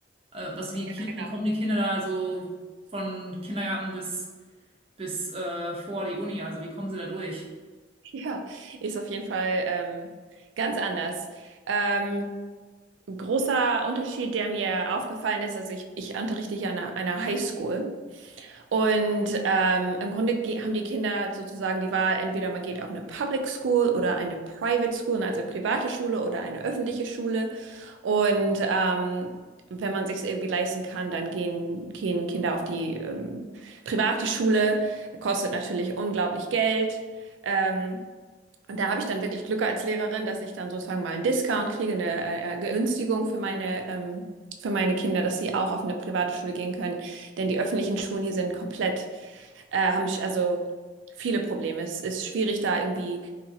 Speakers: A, on the right; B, on the right.
A: Äh, was, wie,
B: Ja,
A: Ki-
B: genau.
A: wie kommen die Kinder da so von Kindergarten bis, bis äh, vor die Uni? Also wie kommen sie da durch?
B: Ja, ist auf jeden Fall ähm, ganz anders. Ähm, großer Unterschied, der mir aufgefallen ist, also ich, ich unterrichte hier an einer, einer Highschool. Und ähm, im Grunde ge- haben die Kinder sozusagen die Wahl, entweder man geht auf eine Public School oder eine Private School, ne, also private Schule oder eine öffentliche Schule. Und ähm, wenn man sich irgendwie leisten kann, dann gehen, gehen Kinder auf die ähm, private Schule. Kostet natürlich unglaublich Geld. Ähm, und da habe ich dann wirklich Glück als Lehrerin, dass ich dann sozusagen mal einen Discount kriege, eine, äh, Günstigung für meine, ähm, für meine Kinder, dass sie auch auf eine private Schule gehen können. Denn die öffentlichen Schulen hier sind komplett, äh, haben sch- also viele Probleme. Es ist schwierig, da irgendwie